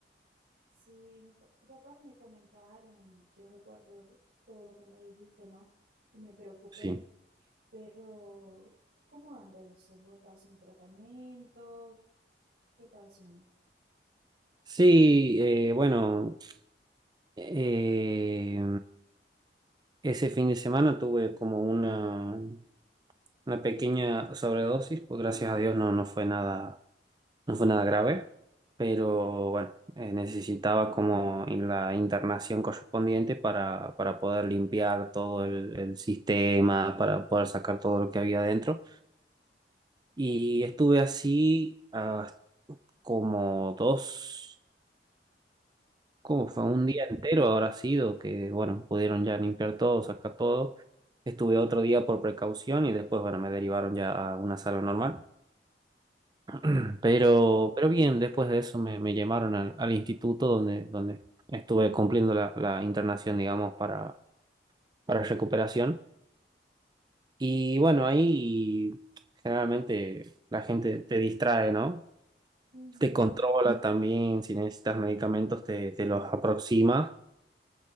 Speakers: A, on the right (about 60°); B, on the right (about 25°).
A: Sí, mi pa- tus papás me comentaron, yo recuerdo todo lo que me dijiste, ¿no? Y me preocupé,
B: Sí.
A: pero ¿cómo anda eso? ¿Vos estás haciendo tratamiento? ¿Qué estás haciendo?
B: Sí, eh, bueno. Eh, Ese fin de semana tuve como una, una pequeña sobredosis, pues gracias a Dios no, no fue nada, no fue nada grave, pero bueno, eh, necesitaba como en la internación correspondiente para, para poder limpiar todo el, el sistema, para poder sacar todo lo que había adentro. Y estuve así ah, como dos. ¿Cómo
A: Ujú,
B: fue? Un día entero habrá sido que, bueno, pudieron ya limpiar todo, sacar todo. Estuve otro día por precaución y después, bueno, me derivaron ya a una sala normal. <clears throat> Pero, pero bien, después de eso me, me llamaron al, al instituto donde, donde estuve cumpliendo la, la internación, digamos, para, para recuperación. Y bueno, ahí generalmente la gente te distrae, ¿no?
A: ujú,
B: Te controla también, si necesitas medicamentos te, te los aproxima